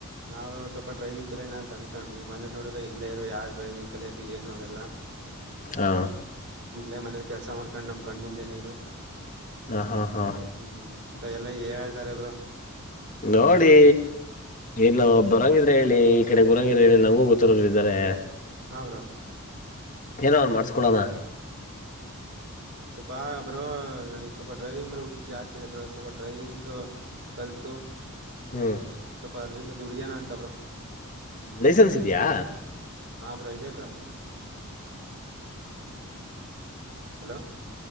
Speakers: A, on the right; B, on the left.
A: ನಾ್ ಸ್ವಲ್ಪ ಡ್ರವಿಂಗ್ ಕಲಲ್ಲ ನ ಅಂದಕೊಂಡ್ವಿ ಮನೇ ನೋಡಿದೆ ಇಲ್ಲೇ ಇರು ಯ ಡ್ರೈವಿಂಗ್ ಕಲೆ ಅದು ಏನು ಅವೆಲ್ಲ
B: ಹಾ
A: ಇಲ್ಲೇ ಮನೇಲಿ ಕೆಲಸ ಮಾಡ್ಕೊಂಡ್ ನಮ್ ಕಣ್ ಮುಂದೆ ನೀರು
B: ಹಾ ಹಾ ಹಾ
A: ಹ್ಮ್್ಮ ಅಂತ ಎಲ್ಲಾ ಹ ಹೇಳ್ತಾರೆ ಇಬ್ರು
B: ನೋಡಿ ಏನ್ ಬರಂಗಿದ್ರೆ ಹೇಳಿ ಈ ಕಡೆ ಬರಂಗಿದ್ರೆ ಹೇಳಿ ನಂಗೂ ಗೊತ್ತರೋರು ಇದ್ದಾರೆ
A: ಹೌರಾ
B: ಏನ ಅವ್ನು ಮಾಡಸ್ಕೊಳಮ್ಮ
A: ಸ್ವಲ್ಪ ಬ್ರ ನನಗ್ ಸ್ವಲ್ಪ ಡ್ರೈವಿಂಗ್ ಮೇಲೆ ಜಾಸ್ತಿ ಇದೆ ಅ ಬ್ರೋ ಸ್ವಲ್ಪ ಡ್ರೈವಿಂಗ್ ಕಲ್ತು
B: ಹ್ಮ್
A: ಸ್ವಪ ಅದ್ರಿಂದ ದುಡ್ಯಾನ ಅಂತ ಅವರು
B: ಲೈಸೆನ್ಸ್ ಇದೆಯಾ
A: ಹಾ ಬ್ರ ಇ ಇದದೆ ಬ್ರಾ ಹಲೋ